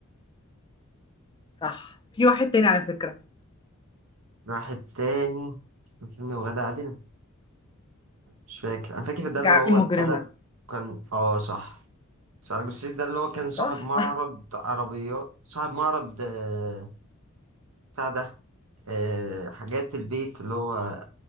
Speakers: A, on the left; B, on the right.
A: صح في واحد تاني على فكرة
B: واحد تاني كان فيلم وغادة عادل مش فاكر انا فاكر ده
A: جعلتني
B: اللي هو
A: مجرمة
B: اتقلب كان اه صح بس على جثتي ده اللي هو كان صاحب
A: صح
B: معرض
A: <laughs>
B: عربيات صاحب معرض آه بتاع ده آه حاجات البيت اللي هو